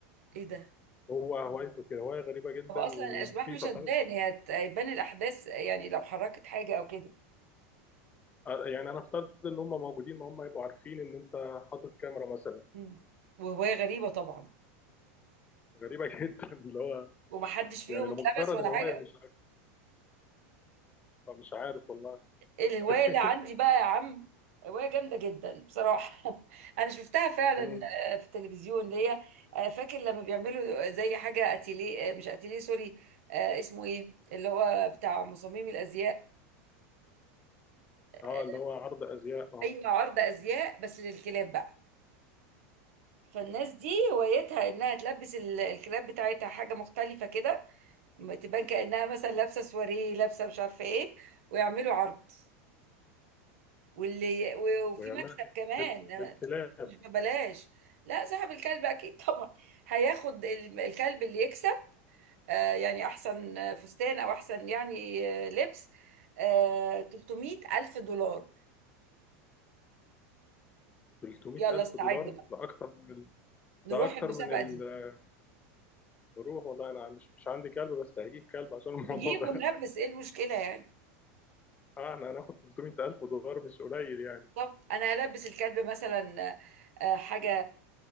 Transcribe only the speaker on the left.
هو هوايته كده هواية غريبة جدا
ومخيفة
طبعا
آه، يعني أنا أفترض إن هم موجودين ما هم يبقوا عارفين إن أنت حاطط كاميرا مثلا
غريبة <laughs> جدا اللي هو
يعني لمجرد
الهواية
مش عارف مش عارف والله
بس <laughs>
مم.
أه
اللي هو عرض أزياء أه
ويعمل
لل-
للكلاب
300000
ألف
دولار
ده أكتر من ال...
ده أكتر
من ال-
الروح والله أنا مش مش عندي كلب بس هجيب كلب عشان الموضوع
ده
<laughs> أه إحنا هناخد 300000 ألف دولار مش قليل يعني